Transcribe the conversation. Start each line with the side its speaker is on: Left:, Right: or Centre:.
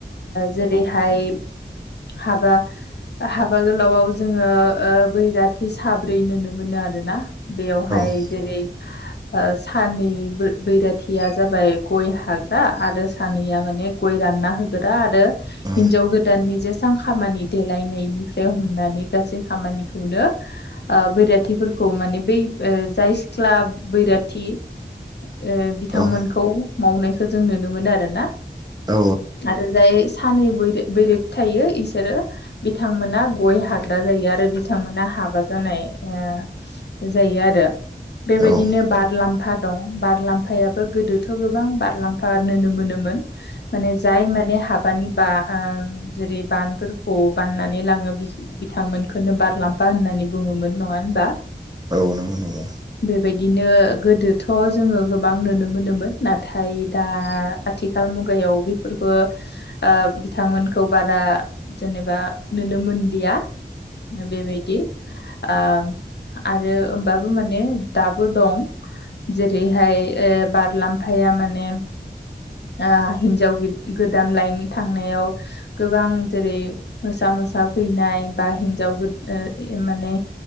Left: जेरैहाय हाबा हाबा गोलावाव जोङो ओ बैराथि साब्रै नुनो मोनो। नुदोना बेयावहाय
Right: औ
Left: जेरै। ओ सानि बैराथिया जाबाय गय हाग्रा आरो सानैया माने गय रान। रानना होग्रा आरो
Right: औ
Left: हिनजाव गोदाननि जेसां खामानि देलायनायनिफ्राय हमनानै गासै। जै खामानिखौनो ओ बैराथिफोर। औ माने बै जाय सिख्ला बैराथि। ओ बिथांमोनखौ
Right: औ
Left: मावनायखौ जों नुनो मोनो आरो ना।
Right: नंगौ औ
Left: आरो जाय सानैर बैराथि थायो इसोरो बिथांमोना गय हाग। जायो आरो बिथांमोना हाबा जानाय ओ। जायो आरो
Right: औ
Left: बेबायदिनो बारलाम। फा दं बारलाम्फायाबो गोदोथ' गोबां बारलाम्फा नुनो मोनोमोन। माने जाय माने हाब।। मानो होनबा जेरै बानफोरखौ बाननानै लाङो बिथांमोनखौनो बारलांफा। होननानै बुङोमोन नङा होनबा?
Right: औ नंगौ नंगौ।
Left: बिदिनो गोदोथ' जोङो गोबां नुनो मोनोमोन नाथाय दा आथिखाल मुग। मुगायाव बेफोरखो ओ बिथांमोनखौ बारा जेनेबा नुनो मोनलि। आ बेबायदि ओ। आरो होमबाबो माने दाबो दं। जेरैहाय ओ बारलाम्फाया माने। ओ हिनजाव गोदान लायनो थांनायाव गोबां जेरै मोसा मोसा। <unintelligible> फैनाय बा हिनजाव ओ माने।